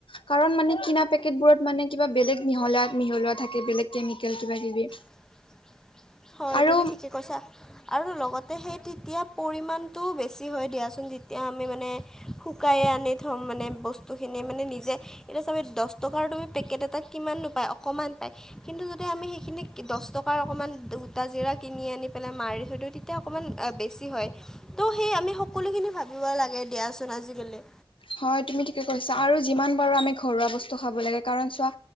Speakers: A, on the left; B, in the centre.
A: কাৰণ মানে কিনা পেকেটবোৰত মানে কিবা, বেলেগ মিহলা মিহলোৱা থাকে বেলেগ কেমিকেল কিবা কিবি।
B: <inaudible> <inaudible> হয়
A: আৰু
B: তুমি ঠিকে কৈছাঁ, আৰু লগতে সেই তেতিয়া পৰিমাণটো বেছি হয় দিয়াচোন তেতিয়া আমি মানে, শুকাই আনি মানে বস্তুখিনি মানে নিজে এতিয়া চাবা, দহ টকাৰ তুমি পেকেট এটাত কিমাননো পায়, অকণমান পায়। কিন্তু, যদি আমি সেইখিনি দহ টকাৰ অকণমান সূতা জিৰা কিনি আনি পেলাই মাৰি থৈ দিওঁ অকণমান বেছি হয়, তো সেই আমি সকলোখিনি ভাবিব লাগে দিয়াচোন, আজিকালি
A: হয় তুমি ঠিকে কৈছাঁ, আৰু যিমান পৰো আমি ঘৰুৱা বস্তু খাব লাগে, কাৰণ চোৱা